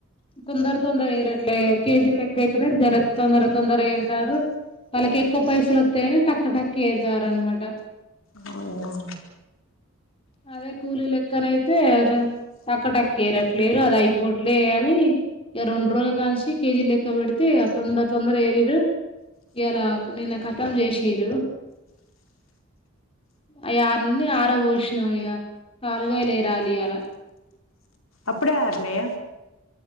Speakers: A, on the left (about 25°); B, on the left (about 70°).
A: తొందర తొందర ఏరట్లే కేజీలు ఎక్కయితేనే జర తొందర తొందర ఏరుతారు వాళ్ళకి ఎక్కువ పైసలు వస్తాయని టక్క్క టక్కి ఏరుతారు అనమాట
B: అవునా
A: అదే కూలీ లెక్కనయితే టక్క టకు ఏరట్లేరు అది అయిపోవట్లే అని ఇక రెండు రోజులు కాసి కేజీ లెక్క పెడితే తొందర తొందర ఏరరు ఇలా నిన్న కతం చేసరు అ అన్ని ఆర పోష ఇ కాలుగా లేరాలి అలా
B: అప్పుడ ఆర్న్నయ